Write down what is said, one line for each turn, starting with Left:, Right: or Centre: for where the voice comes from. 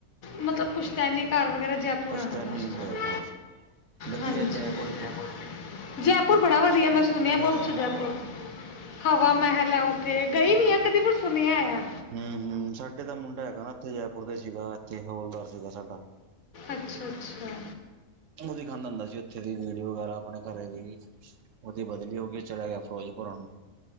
Left: ਮਤਲਬ ਪੁੱਛਤੈਨੀ ਘਰ ਵਗੈਰਾ ਜੇ ਪੁਰਾਣਾ
Right: ਪੁਸਤੈਨੀ
Left: ਘਰ
Right: ਜੈਪੁਰ ਵਧੀਆ
Left: ਹਾਂਜੀ
Right: ਜੈਪੁਰ
Left: <unintelligible>
Right: ਵੀ
Left: ਜੈਪੁਰ ਬੜਾ ਵਧੀਆ ਮੈਂ ਸੁਣਿਆ ਬੋਤ
Right: ਹਾਂ
Left: ਅੱਛਾ ਜੈਪੁਰ। ਹਵਾ ਮਹਿਲ ਐ ਉੱਥੇ ਗਈ ਨੀ ਆ ਕਦੀ ਪਰ ਸੁਣਿਆ ਆ।
Right: ਹੂੰ-ਹੂੰ ਸਾਡੇ ਤਾਂ ਮੁੰਡਾ ਹੈਗਾ ਨਾ ਇੱਥੇ ਜੈਪੁਰ ਦਾ ਸੀਗਾ ਇੱਥੇ ਹੋਲਦਾਰ ਸੀਗਾ ਸਾਡਾ।
Left: ਅੱਛਾ-ਅੱਛਾ।
Right: ਓ ਦਿਖਾਂਦਾ ਹੁੰਦਾ ਸੀਉੱਥੇ ਦੀ ਵੀਡੀਓ ਵਗੈਰਾ ਆਪਣੇ ਘਰੇ ਦੀ ਓਦੀ ਬਦਲੀ ਹੋਗੀ ਚਲਿਆ ਗਿਆ ਫਿਰੋਜ਼ਪੁਰਾਂ ਨੂੰ।